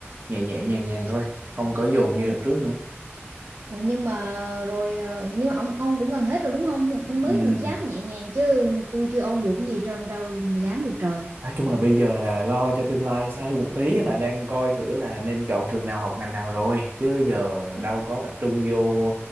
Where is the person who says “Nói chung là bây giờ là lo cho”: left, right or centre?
Right